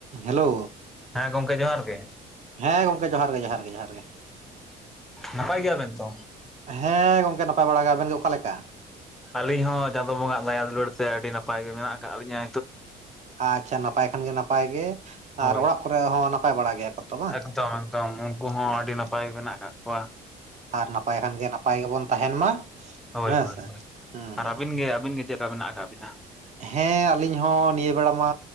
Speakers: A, on the right (about 45°); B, in the centre.
A: ᱦᱮᱞᱳ
B: ᱦᱮᱸ ᱜᱚᱝᱠᱮ ᱡᱚᱦᱟᱨ ᱜᱮ
A: ᱦᱮᱸ ᱜᱚᱝᱠᱮ ᱡᱚᱦᱟᱨ ᱜᱮ ᱡᱚᱦᱟᱨ ᱜᱮ ᱡᱚᱦᱟᱨ ᱜᱮ
B: ᱱᱟᱯᱟᱭ ᱜᱮᱭᱟᱵᱱ ᱛᱚ
A: ᱦᱮᱸ ᱜᱚᱝᱠᱮ ᱱᱟᱯᱟᱭ ᱵᱟᱲᱟ ᱜᱮ ᱟᱵᱮᱱ ᱜᱮ ᱚᱠᱟᱮ ᱞᱮᱠᱟ
B: ᱟᱹᱞᱤᱧ ᱦᱚᱸ ᱪᱟᱸᱫᱳ ᱵᱚᱸᱜᱟ ᱟᱜ ᱫᱟᱭᱟ ᱫᱩᱞᱟᱹᱲ ᱛᱮ ᱟᱹᱰᱤ ᱱᱟᱯᱟᱭ ᱜᱮ ᱢᱮᱱᱟᱜ ᱟᱠᱟᱫ ᱞᱤᱧᱟ
A: ᱟᱪᱪᱷᱟ ᱱᱟᱯᱟᱭ ᱠᱷᱟᱱᱜᱮ ᱱᱟᱯᱟᱭ ᱜᱮ ᱟᱨ
B: ᱦᱳᱭ᱾
A: ᱚᱲᱟᱜ ᱠᱚᱨᱮ ᱦᱚᱸ ᱱᱟᱯᱟᱭ ᱵᱟᱲᱟ ᱜᱮᱭᱟ ᱠᱚ ᱛᱚ ᱵᱟᱝ
B: ᱮᱠᱫᱚᱢ ᱮᱠᱫᱚᱢ ᱩᱱᱠᱩ ᱦᱚᱸ
A: ᱦᱮᱸ
B: ᱟᱹᱰᱤ ᱱᱟᱯᱟᱭ ᱜᱮ ᱢᱮᱱᱟᱜ ᱟᱠᱟᱫ ᱠᱚᱣᱟ
A: ᱟᱨ ᱱᱟᱯᱟᱭ ᱠᱷᱟᱱ ᱜᱮ ᱱᱟᱯᱟᱭ ᱜᱮᱵᱚᱱ ᱛᱟᱦᱮᱱ ᱢᱟ
B: ᱦᱳᱭ
A: ᱦᱮᱸ
B: ᱦᱳᱭ
A: ᱥᱮ
B: ᱦᱳᱭ
A: ᱦᱩᱸ
B: ᱟᱨ
A: ᱦᱩᱸ
B: ᱟᱹᱵᱤᱱ ᱜᱮ ᱟᱹᱵᱤᱱ ᱜᱮ ᱪᱮᱫᱠᱟ ᱢᱮᱱᱟᱜ ᱟᱠᱟᱫ ᱵᱤᱱᱟ
A: ᱦᱮᱸ ᱟᱹᱞᱤᱧ ᱦᱚᱸ ᱱᱤᱭᱟᱹ ᱵᱮᱲᱟ ᱢᱟ